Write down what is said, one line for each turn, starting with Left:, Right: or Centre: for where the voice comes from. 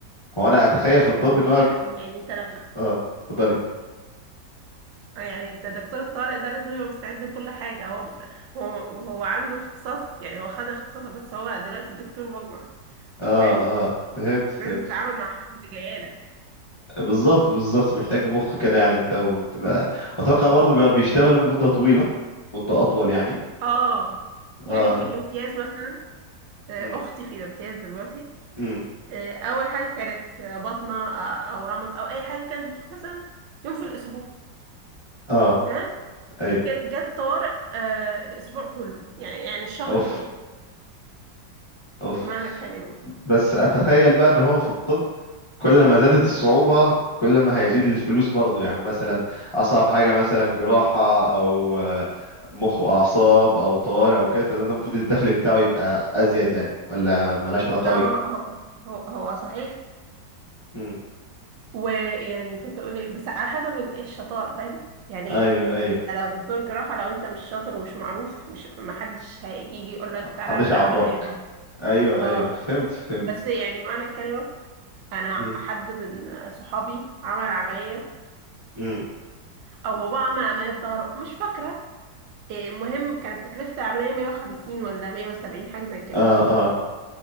Left: هو انا اتخيل في الطب
Right: مين
Left: ان هو
Right: يخ... يعني انت لما
Left: اه اتفضلي
Right: يعني انت دكتور الطارق ده لازم يبقى مستعد لكل حاجه هو هو هو عنده اختصاص يعني هو خد اختصاص بس هو دلوقتي الدكتور مجمع
Left: اه
Right: فاهم
Left: اه فهمت فهمت
Right: لازم تتعامل مع حد جايلك
Left: بالظبط بالظبط محتاج مخ كده يعني انت وتبقى اتوقع برضه بيقعد- بيشتغلوا مدة طويلة مدة اطول يعني
Right: اه يعني
Left: اه
Right: في الامتياز مثلا آه،
Left: امم
Right: اختي في الامتياز دلوقتي
Left: امم
Right: آه، اول حاجه كانت بطنه آه، او رمض او اي حاجه كانت بتروح مثلا يوم في الاسبوع
Left: اه
Right: تمام
Left: ايوه
Right: جت جت طوارئ آه، الاسبوع كله يعني يعني الشهر
Left: اوف
Right: كله
Left: اوف
Right: معنى الكلمه
Left: بس اتخيل بقى ان هو في الطب كل ما زادت الصعوبة كل ما هيزيد الفلوس برضو يعني مثلا أصعب حاجة مثلا جراحة أو آه، مخ وأعصاب أو طوارئ أو كده فده المفروض الدخل بتاعه يبقى أزيد يعني ولا ملهاش علاقة
Right: هو
Left: أوي
Right: هو هو هو صحيح
Left: مم.
Right: ويعني كنت اقول ايه بس على حسب ال- الشطاره فاهم يعني
Left: أيوه أيوه
Right: انت لو دكتور جراحه لو انت مش شاطر ومش معروف مش محدش هيجي يقول لك تعالى
Left: محدش
Right: اعمل
Left: يعبرك
Right: العمليه دي
Left: أيوه
Right: اه
Left: أيوه فهمت فهمت
Right: بس يعني معنى الكلمه انا
Left: مم.
Right: حد من صحابي عمل عمليه
Left: مم.
Right: او بابا عمل عمليه في ظهره مش فاكره إيه، المهم كانت تكلفه العمليه 150 ولا 170 حاجه زي كده
Left: آه آه